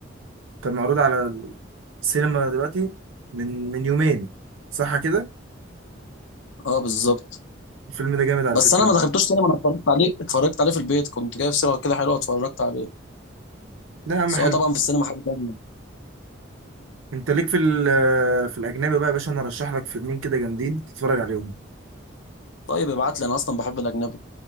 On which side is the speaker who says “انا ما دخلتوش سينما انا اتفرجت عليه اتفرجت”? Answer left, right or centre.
Left